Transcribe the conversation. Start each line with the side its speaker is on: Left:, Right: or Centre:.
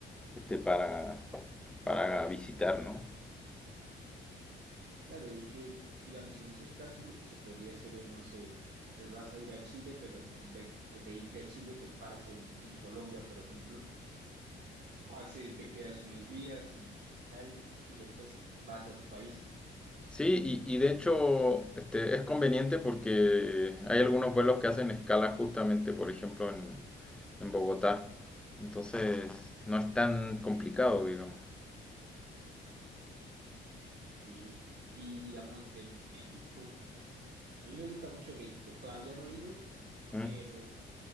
Centre: este, para, para visitar, ¿no?
Right: Claro, es que, digamos, en esos casos lo que se podría hacer es, no sé, pues vas a ir a Chile, pero pues en vez de irte a Chile, pues paras en, en Colombia, por ejemplo Así te quedas unos días, mm, tal, y después vas a tu país.
Centre: Sí, y, y de hecho este, es conveniente porque hay algunos vuelos que hacen escala justamente, por ejemplo, en, en Bogotá. Entonces, no es tan complicado, digamos.
Right: Y, y digamos de México, a mí me gusta mucho México. Todavía no he ido,
Centre: Mm,
Right: pero,